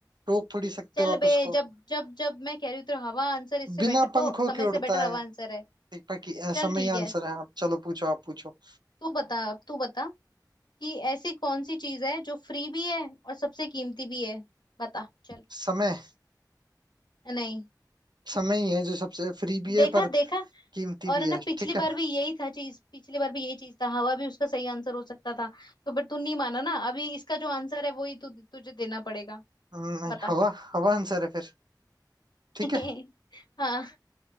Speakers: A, on the right (about 70°); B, on the left (about 75°).
A: रोक थोड़ी सकते
B: चल
A: हो आप
B: बे
A: उसको
B: जब जब जब मैं कह रही हूँ तो हवा आंसर इससे
A: बिना
B: बेटर
A: पंखों
B: तो समय
A: के उड़ता
B: से बेटर हवा
A: है
B: आंसर है
A: दीपक की
B: चल
A: समय
B: ठीक
A: ही
B: है
A: आंसर है आप चलो पूछो आप पूछो
B: तू बता अब तू बता कि ऐसी कौन सी चीज है जो फ्री भी है और सबसे कीमती भी है बता चल
A: समय
B: नहीं
A: समय ही है जो सबसे फ्री भी
B: देखा
A: है पर
B: देखा
A: कीमती भी
B: और ना
A: है
B: पिछली
A: ठीक
B: बार
A: है
B: भी यही था चीज पिछली बार भी यही चीज था हवा भी उसका सही आंसर हो सकता था तो फिर तू नहीं माना ना अभी इसका जो आंसर है वही तू तुझे देना पड़ेगा
A: हम्म, नहीं
B: बता
A: हवा हवा आंसर है फिर ठीक
B: <laughs>
A: है
B: हाँ